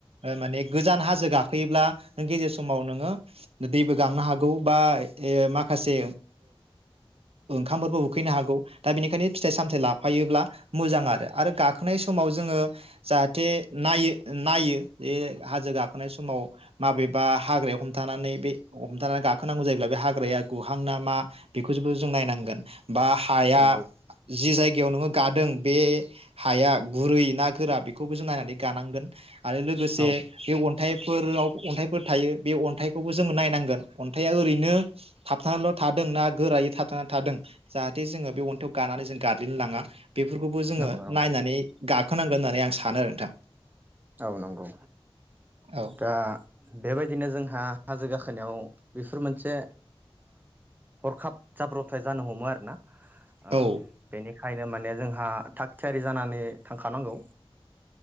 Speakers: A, on the right; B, on the right.
A: माने गोजान हाजो गाखोयोब्ला नों गेजेर समाव नोङो दैबो गांनो हागौ बा माखासे ओंखामफोरबो उखैनो हागौ दा बेनिखायनो फिथाइ सामथाइ लाफायोब्ला मोजां आरो आरो गाखोनाय समाव जोङो जाहाथे नायो नायो बे हाजो गाखोनाय समाव माबेबा हाग्राया हमथानानै बे हमथानानै गाखोनांगौ जायोब्ला बे हाग्राया गुहां ना मा बेखौबो जों नायनांगोन बा हाया
B: नंगौ
A: जि जायग गायाव नोङो गादों बे हाया गुरै ना गोरा बेखौबो जों नायनानै गानांगोन आरो लोगोसे
B: औ
A: बे अन अन्थाइफोराव अन्थाइफोर थायो बे अन्थाइखौबो जों नायनांगोन अन्थाइआ ओरैनो थाबथानाल' थादों ना गोरायै थाबथाना थादों जाहाथे जोङो बे अन्थाइआव गानानै जों गाद्लिन लाङा बे बेफोरखौबो जोङो
B: नंगौ नंगौ
A: नायनानै गाखोनांगोन होननानै आं सानो आरो नोंथां।
B: औ नंगौ
A: औ
B: दा बेबायदिनो जोंहा हाजो गाखोनायाव बेफोर मोनसे हरखाब ओ जाब्रबथाय जानो हमो आरोना। ओ
A: औ
B: बेनि खायनो माने जोंहा थाग थियारि जानानै थांखानांगौ।